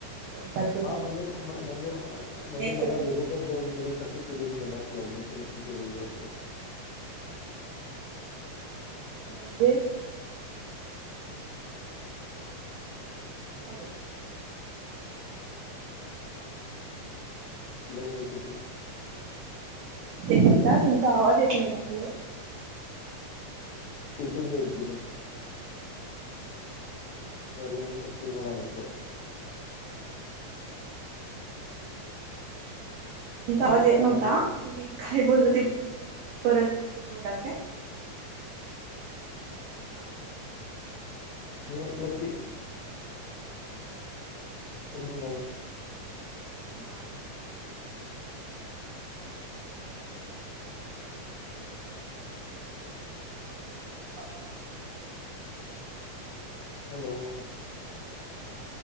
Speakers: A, on the right (about 80°); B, on the left (about 75°).
A: कोणत्याच गोष्टीसाठी
B: हा म्हणजे म्हणजे म्हणजे
A: त्यांनी एक्सेप्ट
B: मला
A: केलं
B: विरोधात
A: तर मग
B: जाऊन गेल्यासारखी फििंग येणार लग्न तमच्या जो
A: म्हणजे हॅलो.
B: तिलाही माहिती
A: एकमता तुमचा आवाज एक नाही आहे हॅलो.
B: तुठून जाईल तुला? झालेल नाही य ते मला नको आहे. बघू
A: आवाज येत
B: काय
A: नव्हता
B: होतंय.
A: तुम्ही काय बोलल ते परत बोलाल काय? हां.
B: मी म्हंटल की तर मी नाही.
A: हां.
B: के
A: <unintelligible>
B: हॅलो.